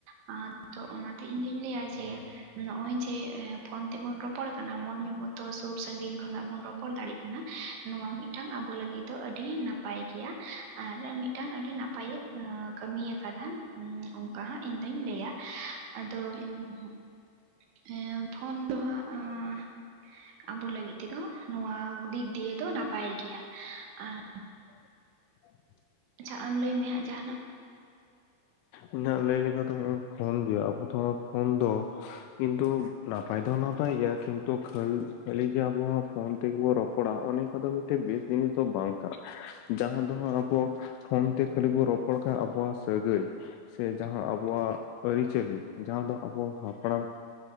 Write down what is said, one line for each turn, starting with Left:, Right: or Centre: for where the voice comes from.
Right: ᱟᱸ ᱛᱚ ᱚᱱᱟᱛᱮ ᱤᱧ ᱫᱚᱧ ᱞᱟᱹᱭᱟ ᱡᱮ ᱡᱮ ᱱᱚᱜᱼᱚᱭ ᱡᱮ ᱮᱸ ᱯᱷᱳᱱ ᱛᱮᱵᱚᱱ ᱨᱚᱯᱚᱲ ᱠᱟ ᱱᱟ ᱢᱚᱱᱮᱨ ᱢᱚᱛᱚ ᱥᱩᱨ ᱥᱟᱺᱜᱤᱧ ᱠᱷᱚᱱᱟᱜ ᱵᱚᱱ ᱨᱚᱯᱚᱲ ᱫᱟᱲᱮᱜ ᱠᱟᱱᱟ ᱱᱚᱣᱟ ᱢᱤᱫᱴᱟᱝ ᱟᱵᱚ ᱞᱟᱹᱜᱤᱫ ᱫᱚ ᱟᱹᱰᱤ ᱱᱟᱯᱟᱭ ᱜᱮᱭᱟ ᱟᱨ ᱢᱤᱫᱴᱟᱝ ᱟᱹᱰᱤ ᱱᱟᱯᱟᱭᱮ ᱟᱹ ᱠᱟᱹᱢᱤ ᱟᱠᱟᱫᱟ ᱩᱸ ᱚᱝ ᱠᱟ ᱦᱟᱸᱜ ᱤᱧ ᱫᱩᱧ ᱞᱟᱹᱭᱟ ᱟᱫᱚ ᱩᱸ ᱮᱸ ᱯᱷᱳᱱ ᱫᱚ ᱦᱟᱸᱜ ᱟᱸ ᱟᱵᱚ ᱞᱟᱹᱜᱤᱫ ᱛᱮᱫᱚ ᱱᱚᱣᱟ ᱫᱤᱠ ᱫᱤᱭᱮ ᱫᱚ ᱱᱟᱯᱟᱭ ᱜᱮᱭᱟ ᱟᱨ
Left: <inaudible>
Right: ᱟᱪᱪᱷᱟ ᱟᱢ ᱞᱟᱹᱭ ᱢᱮ ᱦᱟᱜᱸ ᱡᱟᱦᱟᱱᱟᱜ
Left: ᱤᱧᱦᱟᱜ ᱞᱟᱹᱭ ᱞᱮᱠᱟ ᱫᱚ ᱦᱚᱜᱚᱭ ᱯᱷᱳᱱ ᱜᱮ ᱟᱵᱚ ᱫᱚ ᱯᱷᱳᱱ ᱫᱚ ᱠᱤᱱᱛᱩ ᱱᱟᱯᱟᱭ ᱫᱚ ᱱᱟᱯᱟᱭ ᱜᱮᱭᱟ ᱠᱤᱱᱛᱩ ᱠᱷᱟᱹ ᱠᱷᱟᱹᱞᱤ ᱜᱮ ᱟᱵᱚᱣᱟᱜ ᱯᱷᱳᱱ ᱛᱮᱜᱮᱵᱚ ᱨᱚᱯᱚᱲᱟ ᱚᱱᱮ ᱟᱫᱚ ᱢᱤᱫᱴᱮᱡ ᱵᱮᱥ ᱡᱤᱱᱤᱥ ᱫᱚ ᱵᱟᱝ ᱠᱟᱱᱟ ᱡᱟᱦᱟᱸ ᱫᱚ ᱦᱟᱜ ᱟᱵᱚ ᱯᱷᱳᱱ ᱛᱮ ᱠᱷᱟᱹᱞᱤ ᱵᱚ ᱨᱚᱯᱚᱲ ᱠᱷᱟ ᱟᱵᱚᱣᱟᱜ ᱥᱟᱹᱜᱟᱹᱭ ᱥᱮ ᱡᱟᱦᱟᱸ ᱟᱵᱚᱣᱟᱜ ᱟᱹᱨᱤᱪᱟᱹᱞᱤ ᱡᱟᱦᱟᱸ ᱫᱚ ᱟᱵᱚ ᱦᱟᱯᱲᱟᱢ